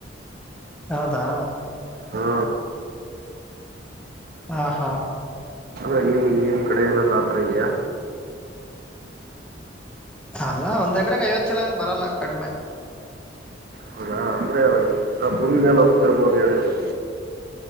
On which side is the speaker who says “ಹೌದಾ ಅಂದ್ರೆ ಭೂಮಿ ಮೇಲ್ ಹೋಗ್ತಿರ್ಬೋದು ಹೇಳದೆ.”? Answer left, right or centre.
Right